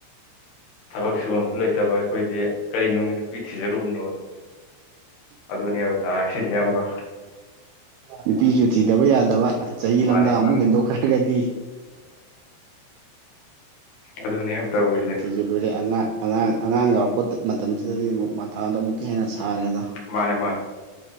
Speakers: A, on the left (about 65°); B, on the right (about 85°).
A: ꯊꯕꯛ ꯁꯨꯐꯝꯁꯨ ꯂꯩꯇꯕ ꯑꯩꯈꯣꯏꯗꯤ ꯀꯔꯤꯅꯨꯡꯒꯤ ꯅꯨꯄꯤ ꯊꯤꯖꯔꯨꯕꯅꯣꯗꯣ ꯑꯗꯨꯅꯦꯕ ꯇꯥꯏꯁꯤ ꯏꯌꯥꯝꯕ
B: ꯅꯨꯄꯤꯁꯨ ꯊꯤꯗꯕ ꯌꯥꯗꯕ ꯆꯍꯤ
A: ꯃꯥꯅꯦ
B: ꯂꯝꯗꯥꯡ
A: ꯃꯥꯅꯦ
B: ꯑꯃꯨꯛ ꯍꯦꯟꯗꯣꯛꯈ꯭ꯔꯒꯗꯤ
A: ꯑꯗꯨꯅꯦ ꯍꯥꯏꯕ ꯇꯧꯔꯤꯁꯦ
B: ꯊꯤꯖꯤꯟꯂꯨꯔꯦ ꯂꯣꯏꯔꯦ ꯑꯉꯥꯡ ꯑꯉꯥꯡ ꯑꯉꯥꯡ ꯌꯥꯎꯔꯛꯄ ꯃꯇꯝꯁꯤꯗꯗꯤ ꯑꯃꯨꯛ ꯃꯊꯥꯗꯤ ꯑꯃꯨꯛ ꯍꯦꯟꯅ ꯁꯔꯦꯗ
A: ꯃꯥꯅꯦ ꯃꯥꯅꯦ